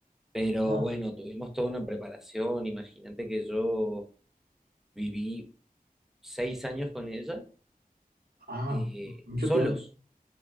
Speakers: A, in the centre; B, on the right.
A: pero
B: No,
A: bueno, tuvimos toda una preparación. Imagínate que yo viví seis años con ella,
B: ah,
A: eh,
B: mucho
A: solos.
B: tiempo.